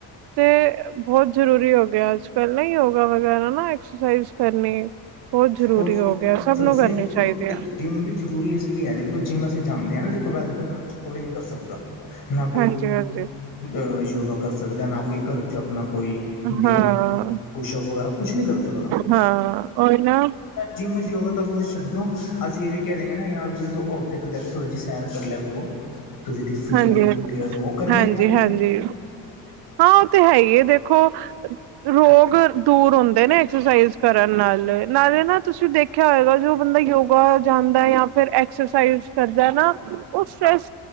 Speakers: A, on the right (about 75°); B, on the left (about 55°).
A: ਤੇ ਬੋਤ ਜਰੂਰੀ ਹੋਗਿਆ ਅੱਜ ਪੈਲਾਂ ਯੋਗਾ ਵਗੈਰਾ ਨਾ ਐਕਸਰਸਾਈਜ਼ ਕਰਨੀੇਏ ਬੋਤ ਜ਼ਰੂਰੀ
B: ਔਰ
A: ਹੋ ਗਿਆਏ, ਸਭ
B: ਸਭਸੇ
A: ਨੂੰ ਕਰਨੀ ਚਾਈਦੀਆਂ।
B: ਦੇਖੋ ਜਿੰਮ ਵੀ ਜ਼ਰੂਰੀ ਇਸ ਲਈ ਹੈ, ਦੇਖੋ ਜਿੰਮ ਅਸੀਂ ਜਾਂਦੇ ਹਾ ਨਾ ਦੇਖੋ ਵੈਸੇ ਤਾਂ ਘਰ 'ਚ ਕੋਈ ਨਹੀਂ ਕਰ ਸਕਦਾ ਨਾ ਕੋਈ
A: ਹਾਂਜੀ ਹਾਂਜੀ
B: ਅਹ ਯੋਗਾ ਕਰ ਸਕਦਾ ਨਾ ਕੋਈਭੀ ਘਰ ਚ ਆਪਣਾ ਕੋਈ ਜਿਮ
A: ਹਾਂ
B: ਪੁਸ਼ਪ ਵਗੈਰਾ ਕੁਛ ਨੀ ਕਰ ਸਕਦਾ।
A: ਹਾਂ ਉਹੀ ਨਾ
B: ਜਿੰਮ ਵਿੱਚ ਯੋਗਾ ਤਾਂ ਤੁਸੀਂ ਛੱਡੋ, ਅਸੀਂ ਇਹ ਵੀ ਕਹਿ ਦਿੰਗੇ ਨਾ ਯ ਵੀ ਜਦ ਅੱਗੇ ਉਪਰ ਜਾ ਕੇ ਥੋੜਾ ਜੇਹੀ ਸੈਰ ਕਰ ਲਿਆ ਕਰੋ ਤੁਸੀ, ਫਿਟਨ
A: ਹਾਂਜੀ ਹਾਂਜੀ
B: ਉਹ ਕਰਨੇ
A: ਹਾਂਜੀ
B: ਉਹ
A: ਹਾਂਜੀ ਹਾਂ ਉਹ ਤੇ ਹੈ ਹੀ ਹੈ ਦੇਖੋ, ਰੋਗ ਦੂਰ ਹੁੰਦੇ ਨੇ ਐਕਸਰਸਾਈਜ਼ ਕਰਨ ਨਾਲ ਨਾਲੇ ਨਾ ਤੁਸੀਂ ਦੇਖ ਖਿਆ ਹੋਏਗਾ ਜੋ ਬੰਦਾ ਯੋਗਾ ਜਾਂਦਾ ਜਾਂ ਫਿਰ ਐਕਸਰਸਾਈਜ਼ ਕਰਦਾ ਨਾ ਉਹ ਸਟਰ੍ਰੈਸ